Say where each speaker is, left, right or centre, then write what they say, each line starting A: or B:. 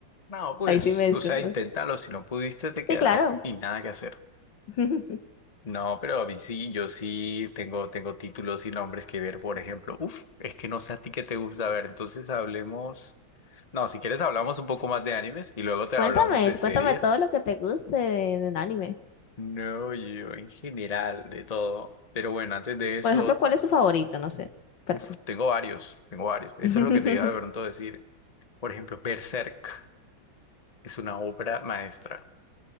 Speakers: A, on the left; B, on the left.
A: No, pues,
B: Ahí sí me disculpas.
A: o sea, inténtalo. Si no pudiste, te quedaste
B: Sí, claro.
A: y nada que hacer.
B: <laughs>
A: No, pero a mí sí, yo sí tengo, tengo títulos y nombres que ver, por ejemplo. Uf, es que no sé a ti qué te gusta ver, entonces hablemos. No, si quieres hablamos un poco más de animes y luego te
B: Cuéntame,
A: hablamos de series.
B: cuéntame todo lo que te guste de- del anime.
A: No, yo en general, de todo. Pero bueno, antes de eso,
B: Por ejemplo, ¿cuál es tu favorito? No sé. Perdón.
A: uf, tengo varios, tengo varios. Eso
B: <laughs>
A: es lo que te iba de pronto a decir. Por ejemplo, Berserk es una obra maestra.